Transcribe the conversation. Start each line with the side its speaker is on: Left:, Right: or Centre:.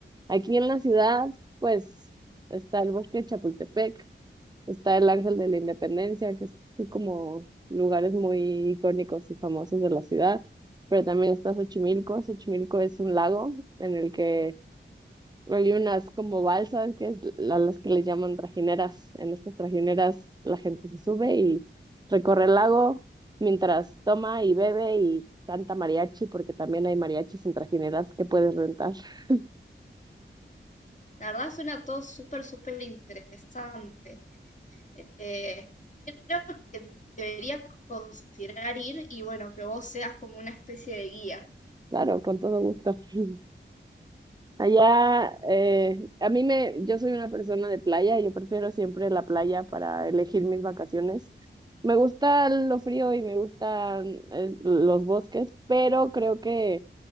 Right: Aquí en la ciudad, pues, está el Bosque de Chapultepec, está el Ángel de la Independencia, que son como lugares muy icónicos y famosos de la ciudad, pero también está Xochimilco. Xochimilco es un lago en el que hay unas como balsas, que es la- las que le llaman trajineras. En estas trajineras la gente se sube y recorre el lago mientras toma y bebe y canta mariachi, porque también hay mariachis en trajineras que puedes rentar. <laughs>
Left: La verdad suena todo súper, súper interesante. Eh, creo que debería considerar ir y bueno, que vos seas como una especie de guía.
Right: Claro, con todo gusto. <laughs> Allá, eh, a mí me, yo soy una persona de playa, yo prefiero siempre la playa para elegir mis vacaciones. Me gusta lo frío y me gustan eh, los bosques, pero creo que